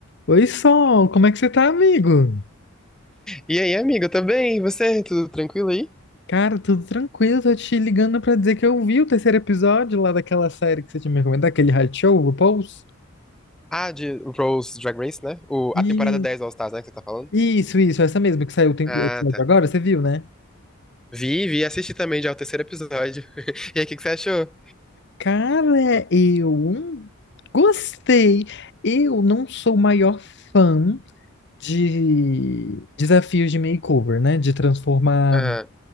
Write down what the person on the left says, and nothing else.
Oi, Sol, como é que você tá, amigo?
Cara, tudo tranquilo, tô te ligando pra dizer que eu vi o terceiro episódio lá daquela série que você tinha me recomendado, aquele reality show, RuPaul's.
E
isso, isso, essa mesma que saiu o tem-
episódio
agora, você viu, né?
Cara, eu hum, gostei. Eu não sou o maior fã de desafios de makeover, né? De transformar